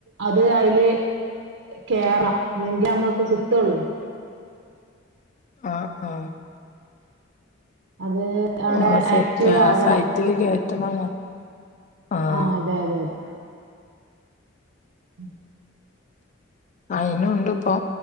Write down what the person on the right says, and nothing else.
അത് അതിൽ കേറാം എങ്കി അമ്മക്ക് കിട്ടുള്ളൂ.
അത് അവിടെ
ആക്റ്റീവ് ആവണം.
ആ അതെ അതെ അതെ. ഉം